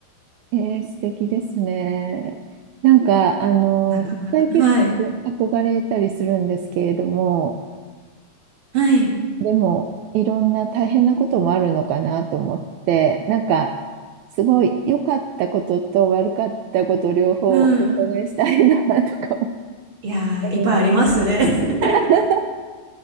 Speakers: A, on the right (about 85°); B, on the right (about 45°).
A: ええ、素敵ですね。なんか、あの、
B: なかなか、
A: 国際結婚に憧れたりするんですけれども、
B: はい、はい、
A: でも、いろんな大変なこともあるのかなと思って、なんか、すごい良かったことと悪かったこと両方お伺いしたいなとか思
B: うん、いやー、いっぱいありますね。
A: うんです。
B: <laughs>
A: <laughs>